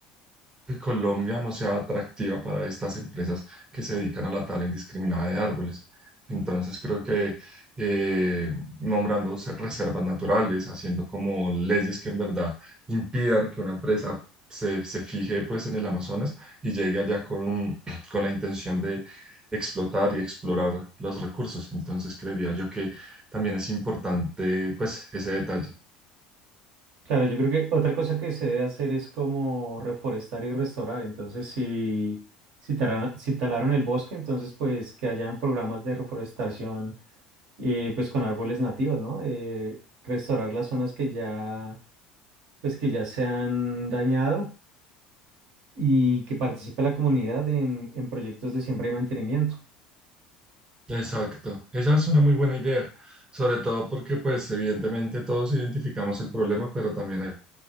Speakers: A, on the right (about 20°); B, on the right (about 60°).
A: que Colombia no sea atractiva para estas empresas que se dedican a la tala indiscriminada de árboles. Entonces creo que eh, nombrando se- reservas naturales, haciendo como leyes que en verdad impidan que una empresa se, se fije pues en el Amazonas y llegue allá con, <clears throat> con la intención de explotar y explorar los recursos. Entonces creería yo que también es importante pues ese detalle.
B: Claro, yo creo que otra cosa que se debe hacer es como reforestar y restaurar. Entonces, si, si, talan- si talaron el bosque, entonces pues que hayan programas de reforestación eh, pues con árboles nativos, ¿no? Eh, restaurar las zonas que ya pues que ya se han dañado y que participe la comunidad en, en proyectos de siembra y mantenimiento.
A: Exacto, esa es una muy buena idea, sobre todo porque pues evidentemente todos identificamos el problema, pero también hay